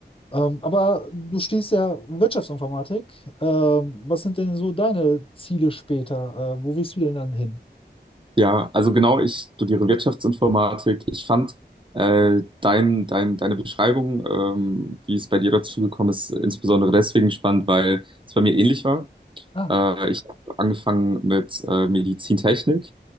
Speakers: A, on the left; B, on the right.
A: Ähm, aber du stehst ja Wirtschaftsinformatik. Ähm, was sind denn so deine Ziele später? Äh, wo willst du denn dann hin?
B: Ja, also genau, ich studiere Wirtschaftsinformatik. Ich fand äh, dein, dein, deine Beschreibung, ähm, wie es bei dir dazu gekommen ist, insbesondere deswegen spannend, weil es bei mir ähnlich war.
A: Ah.
B: Äh, ich habe angefangen mit äh, Medizintechnik